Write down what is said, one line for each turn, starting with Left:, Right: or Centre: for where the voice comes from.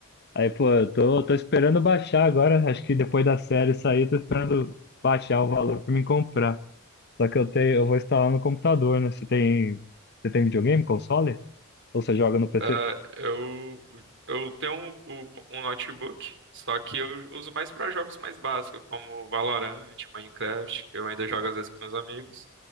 Left: Aí, pô, eu tô, tô esperando baixar agora. Acho que depois da série sair, tô esperando baixar o valor pra me comprar. Só que eu tenho, eu vou instalar no computador, né? Você tem, você tem videogame, console? Ou você joga no PC?
Right: Ah, eu, eu tenho um, um- um notebook, só que eu uso mais para jogos mais básicos, como Valorant, Minecraft, que eu ainda jogo às vezes com meus amigos.